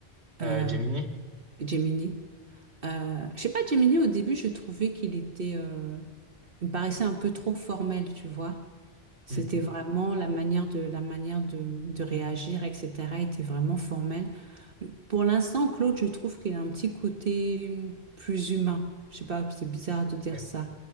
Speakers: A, on the right; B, on the right.
A: Euh,
B: Euh,
A: Gemini?
B: Gemini. Euh, je sais pas, Gemini, au début, je trouvais qu'il était. euh, Il me paraissait un peu trop formel, tu vois. C'était
A: Hmm.
B: vraiment la manière de, la manière de, de réagir, etc. était vraiment formelle. Pour l'instant, Claude, je trouve qu'il a un petit côté hum, plus humain. Je sais pas, c'est bizarre de dire
A: Ok.
B: ça,